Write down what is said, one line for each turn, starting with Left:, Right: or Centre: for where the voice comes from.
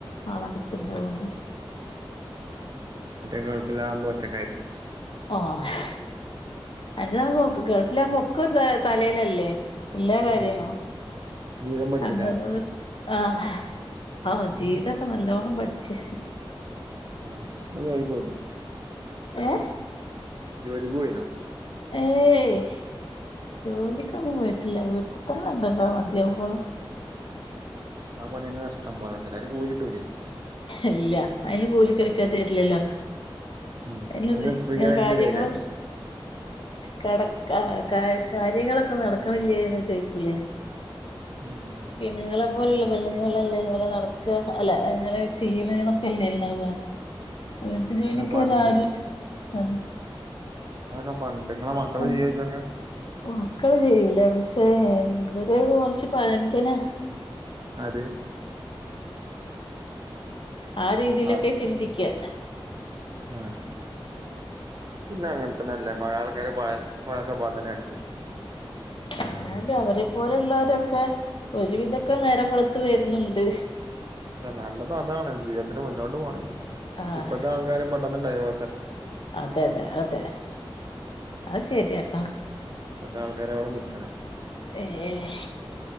Left: ആളട്ത്ത്ണ്ടാവോണ്ട്
Right: ഉം
Left: അ
Right: മറ്റേത് ഗൾഫിലാകുമ്പോ ഒറ്റക്കായിരിക്കും
Left: ആഹ് മറ്റേതാവുമ്പോ ഗൾഫിലാവുമ്പോ ഒക്കെ ഒരു തലയിലല്ലേ എല്ലാ കാര്യങ്ങളും
Right: ഉം ജീവിതം പഠിച്ചില്ലേ
Left: അങ്ങട്
Right: അതുകൊണ്ട്
Left: ആഹ് ഹാഹു
Right: ഉം
Left: ജീവിതൊക്കെ നല്ലോണം പഠിച്ച്
Right: ഉം ങ്ങൾ ജോലിക്ക് പോയിന്നോ
Left: ഏഹ്
Right: ജോലിക്ക്‌ പോയിനോ
Left: ഏയ് ജോലിക്കൊന്നും പോയിട്ടില്ല വീട്ട്ത്തന്നെണ്ടല്ലോ മതിയാവോളം
Right: ആ പണിയൊന്നെ ഇഷ്ടം പോലണ്ട്ല്ലേ അയ്ന് കൂലി കിട്ടൂല്ലേ
Left: ഇല്ല അയ്ന് കൂലി ചോയിച്ചാ തെര്ലല്ലോ
Right: ഉം
Left: എനിയൊന്ന്
Right: അത് ഫ്രീ
Left: ഞാ
Right: ആയിട്ടുള്ള
Left: കാര്യങ്ങള്
Right: ജോലിയല്ലേ
Left: കട കാ കാര്യ കാര്യങ്ങളൊക്കെ നടക്കണില്ലേന്ന് ചോയ്ക്കൂലേ
Right: ഉം
Left: പിന്നെ ഇങ്ങളെ പോലുള്ള പെണ്ണുങ്ങളെ പെണുങ്ങല്ലേ ഇങ്ങനെ നടക്ക അല്ല <unintelligible> ചെയ്യ്ണ് ന്നൊക്കെല്ലേണ്ടാവാ വീട്ടു ജോലിക്ക്
Right: അത് പണ്ട്
Left: ഓര് ആരും ആഹ്
Right: അതൊക്കെ പണ്ട് ങ്ങളെ മക്കള്
Left: ആഹ്
Right: ചെയ്യോയ്ച്ചോക്കാ
Left: മക്കള് ചെയ്യൂല പക്ഷേ ഇവര് കൊറച്ച് പഴഞ്ചനാ
Right: ആര്
Left: ആ രീതിയിലൊക്കെ
Right: ആള്
Left: ചിന്തിക്ക്യാ
Right: ആഹ് പിന്നെ അങ്ങൻത്തന്നല്ലേ പഴേ ആൾക്കാര് പഴേ പഴേ സ്വഭാവം തന്നെ കാണിക്കെയ്
Left: എന്നാലും അവരെ പോലുള്ളവരൊക്കെ ഒരുവിധഒക്കെ നേരം വെളുത്ത് വരുന്നുണ്ട്
Right: അല്ലെ നല്ലത് അതാണ് ജീവിതത്തിന് മുന്നോട്ട് പോകണമെങ്കിൽ
Left: ആഹ്
Right: ഇപ്പത്തെ ആൾക്കാരെ പെട്ടെന്ന് ഡൈവ
Left: അതെ അതെ അതെ അത് ശരിയാട്ടോ
Right: പത്ത് ആൾക്കാരവിടെ നിക്കണ
Left: ഏഹ്‌ ഏഹ്